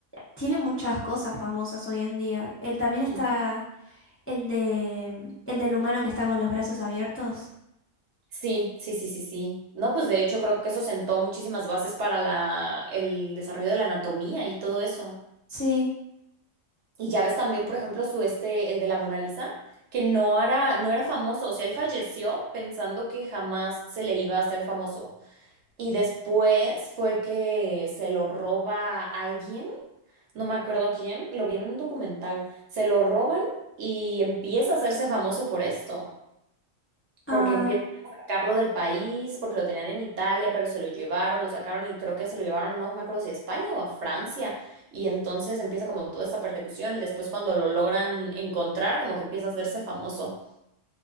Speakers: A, on the left (about 20°); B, on the right (about 65°).
A: tiene muchas cosas famosas hoy en día. Él también
B: Sí,
A: está el de el del humano que está con los brazos abiertos.
B: sí, sí, sí, sí. sí. No, pues de hecho creo que eso sentó muchísimas bases para la, el desarrollo de la anatomía y todo eso.
A: Sí.
B: Y ya ves también, por ejemplo, su este, el de la Mona Lisa, que no era, no era famoso, o sea, él falleció pensando que jamás se le iba a hacer famoso. Y después fue que se lo roba alguien, no me acuerdo quién, lo vi en un documental, se lo roban y empieza a hacerse famoso por esto
A: Ah,
B: porque empiezan a sacarlo del país, porque lo tenían en Italia, pero se lo llevaron, lo sacaron y creo que se lo llevaron, no me acuerdo si a España o a Francia, y entonces empieza como toda esta persecución y después cuando lo logran encontrar, como que empieza a hacerse famoso,